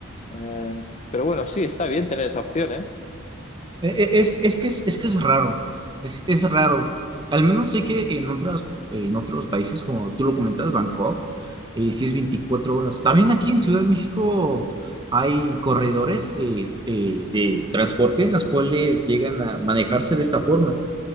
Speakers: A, on the left; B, on the right.
A: Eh, pero bueno, sí, está bien tener esa opción, ¿eh?
B: E- e- Es, es que es, es que es raro, es, es raro. Al menos sé que en otras, en otros países, como tú lo comentas, Bangkok, eh, sí es 24 horas. También aquí en Ciudad de México hay corredores eh, de, de transporte en las cuales llegan a manejarse de esta forma.